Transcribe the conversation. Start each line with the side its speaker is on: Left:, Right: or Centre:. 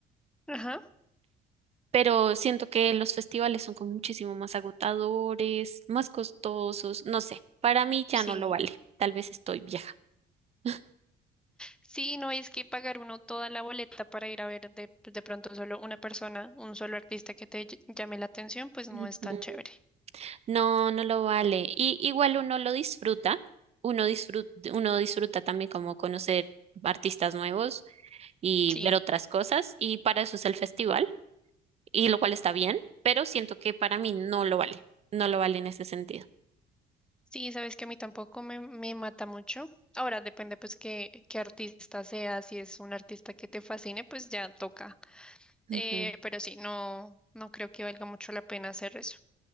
Centre: ajá.
Right: Pero siento que los festivales son como muchísimo más agotadores, más costosos, no sé, para mí ya
Centre: Sí.
Right: no lo vale. Tal vez estoy vieja. Ujú.
Centre: Sí, no es que pagar uno toda la boleta para ir a ver de, de pronto solo una persona, un solo artista que te ll- llame la atención, pues no
Right: <laughs>
Centre: es tan chévere.
Right: No, no lo vale. Y igual uno lo disfruta, uno disfruta, uno disfruta también como conocer artistas nuevos y
Centre: Sí.
Right: ver otras cosas, y para eso es el festival. y lo cual está bien, pero siento que para mí no lo vale, no lo vale en ese sentido.
Centre: Sí, sabes que a mí tampoco me, me mata mucho. Ahora depende pues qué, qué artista sea, si es un artista que te fascine, pues ya toca.
Right: Ujú.
Centre: Eh, pero sí, no, no creo que valga mucho la pena hacer eso.